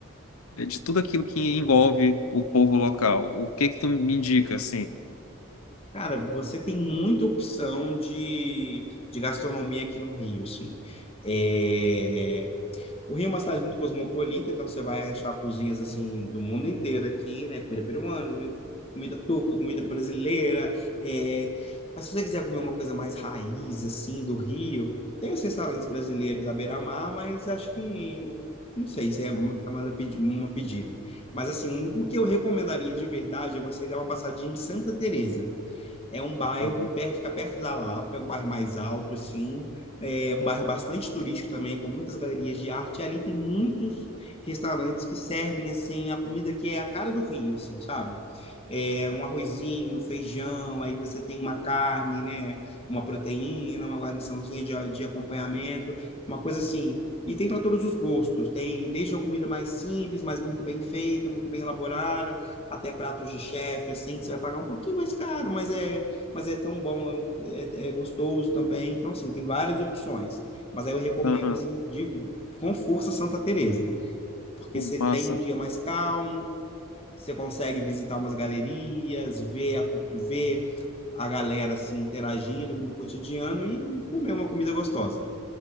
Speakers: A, on the left (about 80°); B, on the left (about 25°).
A: é, de tudo aquilo que envolve o povo local. O que que tu me indica, assim?
B: Cara, você tem muita opção de, de gastronomia aqui no Rio, assim. É, O Rio é uma cidade muito cosmopolita, então você vai achar cozinhas, assim, do mundo inteiro aqui, né? Comida peruana, comida, tur- comida turca, comida brasileira. é, Mas se você quiser comer uma coisa mais raiz, assim, do Rio, tem os restaurantes brasileiros à beira-mar, mas acho que... Não sei se é uma é uma pedi- uma pedida. Mas, assim, um, o que eu recomendaria de verdade é você dar uma passadinha em Santa Teresa. É um bairro,
A: Aham.
B: per- fica perto da Lapa, é um bairro mais alto, assim, é um bairro bastante turístico também, com muitas galerias de arte. E ali tem muitos restaurantes que servem, assim, a comida que é a cara do Rio, assim, sabe? É um arrozinho, um feijão, aí você tem uma carne, né? Uma proteína, uma guarniçãozinha de, de acompanhamento, uma coisa assim. E tem para todos os gostos. Tem desde uma comida mais simples, mas muito bem feita, muito bem elaborada, até pratos de chefe, assim, que você vai pagar um pouquinho mais caro, mas é mas é tão bom, é, um- é- é gostoso também. Então, assim, tem várias opções. Mas aí eu recomendo,
A: Aham.
B: assim, de, com força Santa Teresa, porque
A: Pô,
B: você
A: massa.
B: tem um dia mais calmo, você consegue visitar umas galerias, ver a, ver a galera, assim, interagindo no cotidiano e comer uma comida gostosa.